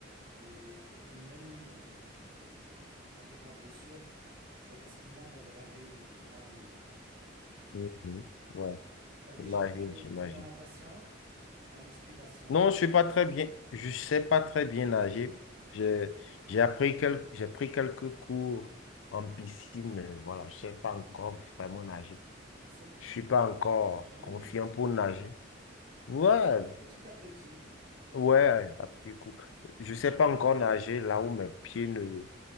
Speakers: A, on the right (about 50°); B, on the left (about 80°).
A: et, et même euh, avec la blessure, je risque moins d'aggraver la douleur.
B: Mhm. Ouais,
A: T'as déjà
B: j'imagine,
A: fait
B: j'imagine.
A: de la natation, la musculation?
B: Non, je suis pas très bien, je sais pas très bien nager. J'ai,
A: Ah oui?
B: j'ai appris quelques, j'ai pris quelques cours en piscine, mais voilà, je sais pas encore vraiment nager.
A: Ah, c'est bien.
B: Je suis pas encore
A: Mais quand même,
B: confiant pour nager. Ouais,
A: ça commence petit à petit.
B: ouais, à petit coup. Je sais pas encore nager là où mes pieds ne,